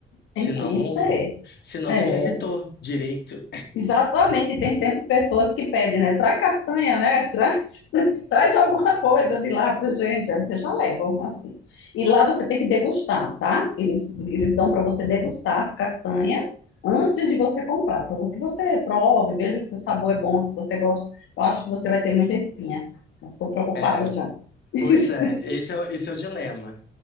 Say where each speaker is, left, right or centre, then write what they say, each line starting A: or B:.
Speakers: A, on the left (about 85°); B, on the left (about 60°).
A: Tem
B: Senão
A: que conhecer.
B: não. Senão
A: É,
B: não visitou direito.
A: exatamente. Tem sempre pessoas que pedem, né? Traz castanha, né? Traz Traz alguma coisa de lá pra gente. Aí você já leva alguma assim. E lá você tem que degustar, tá? Eles, eles dão para você degustar as castanhas antes de você comprar, para que você prove, veja se o sabor é bom, se você gosta. Eu acho que você vai ter muita espinha. Eu estou preocupada
B: É,
A: já. <laughs>
B: pois é, esse é, o- esse é o dilema.